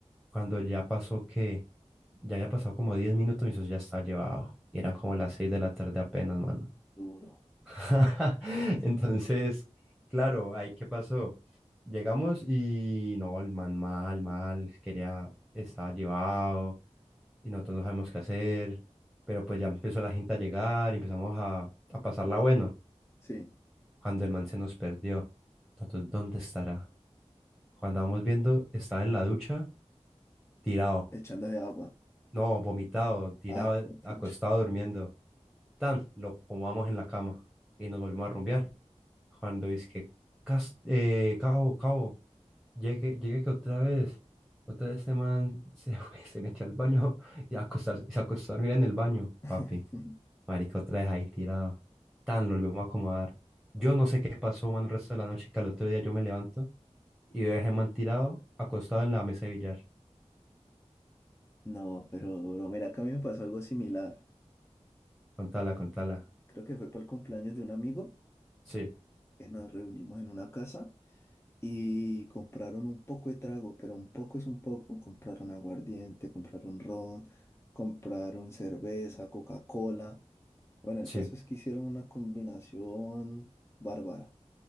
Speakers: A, in the centre; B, on the left.
A: Cuando ya pasó que, ya había pasado como 10 minutos, mi socio ya estaba llevado. Y eran como las 6 de la tarde apenas, mano.
B: Duro.
A: <laughs>
B: <laughs>
A: Entonces, claro, ahí qué pasó. Llegamos y no, el man mal, mal, quería, estaba llevado y nosotros no sabemos qué hacer, pero pues ya empezó la gente a llegar y empezamos a, a pasarla bueno.
B: sí,
A: cuando el man se nos perdió. Nosotros, ¿dónde estará? Cuando vamos viendo, estaba en la ducha, tirado.
B: echando de agua.
A: No, vomitado, tirado,
B: Ah,
A: eh,
B: pucha.
A: acostado, durmiendo. Tan, lo acomodamos en la cama y nos volvimos a rumbear. Cuando dice que, "Cas- eh, cabo, cabo, llegue, llegue que otra vez, otra vez este man <laughs> se, fue, se metió al baño y, a acostar, y se acostó a dormir en el baño,
B: <laughs>
A: papi. Marica, otra vez ahí tirado. Tan, lo volvimos a acomodar. Yo no sé qué pasó, man, el resto de la noche, que al otro día yo me levanto y lo dejé man tirado, acostado en la mesa de billar.
B: No, pero duro. Mira, que a mí me pasó algo similar.
A: Contala, contala.
B: Creo que fue para el cumpleaños de un amigo
A: Sí,
B: que nos reunimos en una casa. y compraron un poco de trago, pero un poco es un poco. Compraron aguardiente, compraron ron, compraron cerveza, Coca-Cola. Bueno, el
A: sí.
B: caso es que hicieron una combinación bárbara.